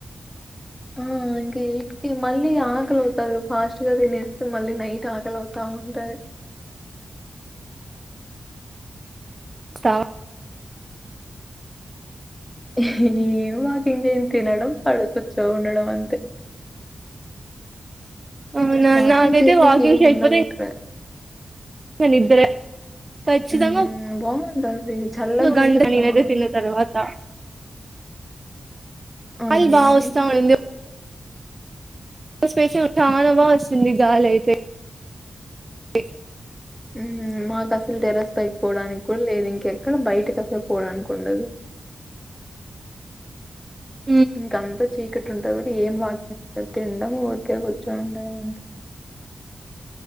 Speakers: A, in the centre; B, on the right.
A: ఆ ఇంకా ఎయిట్ కి మళ్ళీ ఆకలితాది ఫాస్ట్ గా తినస్త మళ్ళీ నైట్ ఆకలి అవుత ఉంటాది
B: సవా
A: ఏమి మాకి ఇంకేం తినడం పడ కూర్చో ఉండడం అంతే
B: అవునా
A: వాకింగ్
B: నాకైతే
A: చేసేకి
B: వాకింగ్కి
A: ఏముండదిక్కడ.
B: చేయకపోతే నిద్దరే ఖచ్చితంగా
A: హ్మ్. బావుంటది. చల్లగుంటే
B: గంట నేనైతే
A: బావుంటది.
B: తిన్న తర్వాత
A: ఆ!
B: అ బా వస్త
A: హ్మ్.
B: ఉంది పేసి చాలా బాగా వస్తుంది గాలి అయితే <inaudible>
A: ఉమ్ మాకు అసలు టెరస్ పైకి పోవడానికి కూడా లేదు ఇంకెక్కడ బయటకి ఆసలు పోడన్ కుండదు
B: అ
A: ఇంక అంతా చీక టీ <unintelligible> ఏం వాకింగ్ <unintelligible> తిండము ఊరికే కూర్చుండం అంతే <inaudible>